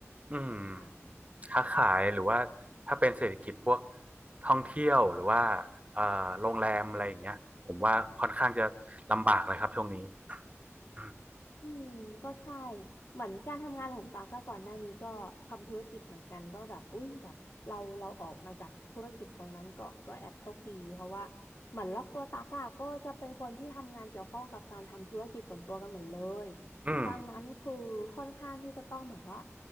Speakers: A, on the left; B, on the right.
A: แบบเนี้ยค่ะ
B: อืม ค้าขายหรือว่าถ้าเป็นเศรษฐกิจพวกท่องเที่ยวหรือว่าเอ่อโรงแรมอะไรอย่างเงี้ยผมว่าค่อนข้างจะลำบากเลยครับช่วงนี้อืม
A: อืมก็ใช่เหมือนการทำงานของตากอะก่อนหน้านี้ก็ทำธุรกิจเหมือนกันก็แบบอุ้ยแบบเราเราออกมาจากธุรกิจตรงนั้นก่อนก็แอบโชคดีเพราะว่าเหมือนรอบตัวตากอะก็จะเป็นคนที่ทำงานเกี่ยวข้องกับการทำธุรกิจส่วนตัวกันหมดเลย
B: อืม
A: ดังนั้นคือค่อนข้างที่จะต้องแบบว่า